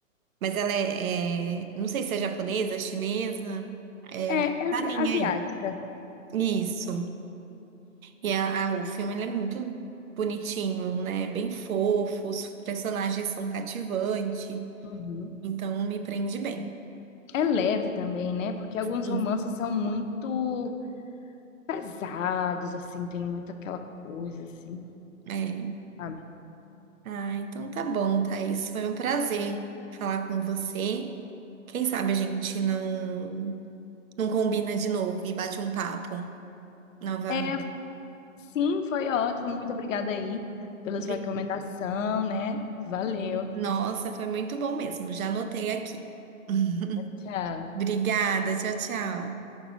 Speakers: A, on the right; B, on the left.
A: Mas ela é, é- Não sei se é japonesa, chinesa. É.
B: é, ela
A: Tá nem
B: é asiática.
A: aí. Isso. E a, a- o filme ele é muito bonitinho, né? Bem fofo, os personagens são cativantes,
B: Uhum.
A: então me prende bem.
B: É leve também, né? Porque alguns
A: Sim.
B: romances são muito pesados, assim, tem muito aquela coisa, assim,
A: É.
B: sabe?
A: Ah, então tá bom, Thaís. Foi um prazer falar com você. Quem sabe a gente não, não combina de novo e bate um papo novamente.
B: É, sim, foi ótimo. Muito obrigada aí pela
A: Obri-
B: sua recomendação, né? Valeu.
A: Nossa, foi muito bom mesmo. Já anotei aqui. <laughs>
B: Tchau.
A: Obrigada, tchau, tchau.